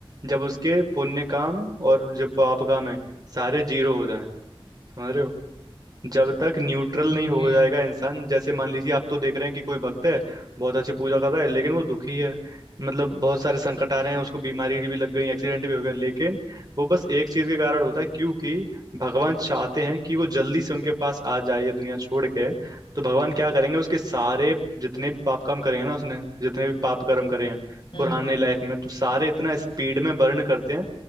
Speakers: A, on the right; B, on the left.
A: जब उसके पुण्य काम और जो पाप काम है सारे जीरो हो जाएं समझ रहे हो जब तक न्यूट्रल नहीं
B: Okay
A: हो जाएगा इंसान जैसे मान लीजिए आप तो देख रहे हैं कि कोई भक्त है बहुत अच्छी पूजा कर रहा है लेकिन वो दुखी है मतलब बहुत सारे संकट आ रहे हैं उसको बीमारी भी लग गई एक्सीडेंट भी हो गया लेकिन वो बस एक चीज के कारण होता है क्योंकि भगवान चाहते हैं कि वो जल्दी से उनके पास आ जाए ये दुनिया छोड़ के तो भगवान क्या करेंगे उसके सारे जितने भी पाप काम करे हैं ना उसने जितने भी पाप कर्म करे हैं
B: Hmm
A: पुराने
B: hmm,
A: लाइफ में तो सारे इतना स्पीड में बर्न करते हैं